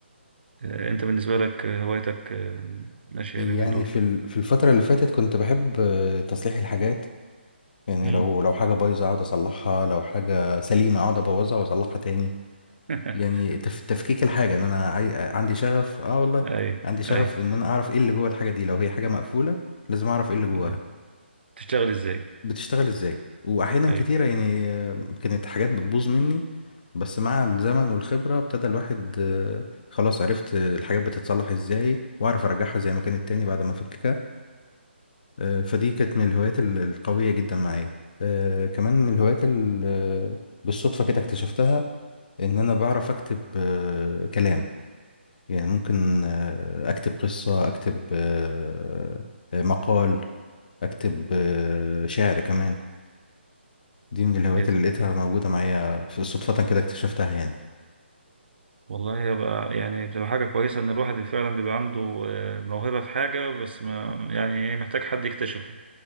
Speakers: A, on the right (about 60°); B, on the left (about 45°).
A: انت بالنسبه لك هوايتك ماشيه
B: يعني
A: اليومين دول
B: في ال... في الفتره اللي فاتت كنت بحب آه، تصليح الحاجات يعني
A: امم
B: لو لو حاجه بايظه اقعد اصلحها لو حاجه سليمه اقعد ابوظها واصلحها تاني
A: <laughs>
B: يعني تف... تفكيك الحاجه ان انا عاي... عندي شغف اه والله
A: اي اي
B: عندي شغف
A: أي.
B: ان انا اعرف ايه اللي جوه الحاجه دي لو هي حاجه مقفوله لازم اعرف ايه اللي
A: <laughs>
B: جواها
A: تشتغل ازاي
B: بتشتغل ازاي واحيانا
A: اي
B: كتيره يعني آه، كانت حاجات بتبوظ مني بس مع الزمن والخبره ابتدى الواحد آه، خلاص عرفت آه، الحاجات بتتصلح ازاي واعرف ارجعها زي ما كانت تاني بعد ما افككها آه، فدي كانت من الهوايات ال- القويه جدا معايا آه، كمان من الهوايات ال- آه، بالصدفه كده اكتشفتها ان انا بعرف اكتب آه، كلام يعني ممكن آه، اكتب قصه اكتب آه، آه، مقال اكتب آه، شعر كمان دي من الهوايات
A: هي تب-
B: اللي لقيتها موجودة معايا صدفة كده اكتشفتها يعني
A: والله يبقى يعني بتبقى حاجه كويسه ان الواحد فعلا بيبقى عنده آه، موهبه في حاجه بس ما يعني إيه، محتاج حد يكتشفه